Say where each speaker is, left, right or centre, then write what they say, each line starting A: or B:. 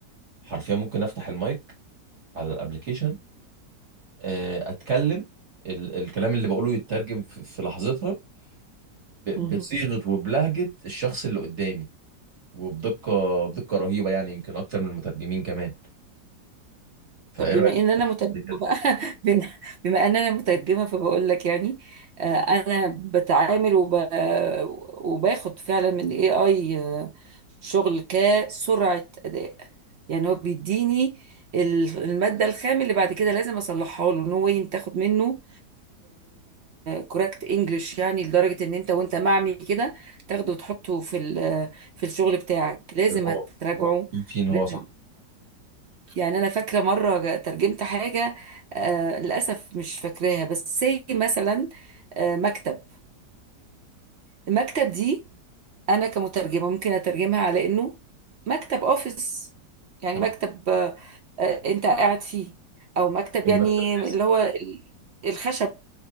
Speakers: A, on the right (about 40°); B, on the right (about 65°).
A: حرفيا ممكن افتح المايك على الابليكيشن آه، اتكلم ال الكلام اللي بقوله يترجم في في لحظتها ب-
B: مم.
A: بصيغه وبلهجه الشخص اللي قدامي وبدقه بدقه رهيبه يعني يمكن اكتر من المترجمين كمان فايه
B: طب بما
A: رايك
B: ان انا مترجمه
A: في كده
B: بقى <laughs> بن- بما ان انا مترجمه فبقول لك يعني آه، انا بتعامل وب... وباخد فعلا من الاي اي شغل كسرعه اداء يعني هو بيديني ال- الماده الخام اللي بعد كده لازم اصلحها له نو واي تاخد منه كوركت انجلش يعني لدرجه ان انت وانت معمي كده تاخده وتحطه في ال- في الشغل بتاعك لازم
A: اللي هو
B: هتراجعه
A: هو طبيعي فيه ان هو
B: لازم
A: صح
B: يعني انا فاكره مره جا- ترجمت حاجه آه للاسف مش فاكراها بس سي مثلا آه مكتب المكتب دي انا كمترجمه ممكن اترجمها على انه مكتب اوفيس يعني
A: تمام
B: مكتب آه آه، انت قاعد فيه او مكتب
A: مكتب
B: يعني
A: الديسك
B: اللي هو ال- الخشب